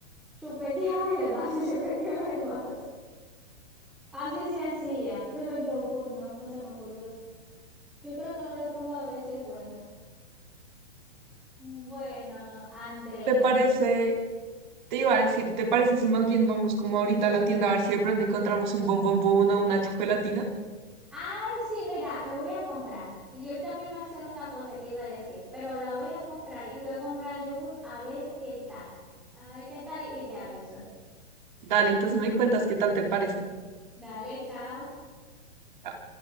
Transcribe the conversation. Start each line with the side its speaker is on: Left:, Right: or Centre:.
Centre: chupeteaba y el vaso, <laughs> chupeteaba y el vaso. Así se hacía, pero el yogur no, no se me ocurrió. Yo creo que lo voy a probar a ver si es bueno. Bueno, Andrea.
Right: ¿Te parece? Te iba a decir, ¿te parece si más bien vamos como ahorita a la tienda a ver si de pronto encontramos un bombombón o una chocolatina?
Centre: Ay, sí, mira, lo voy a comprar. Y yo también voy a hacer una cosa que iba a decir, pero la voy a comprar y voy a comprar el yogur a ver qué tal. A ver qué tal y y te aviso.
Right: Dale, entonces me cuentas qué tal te parece.
Centre: Dale, chao.
Right: Ah.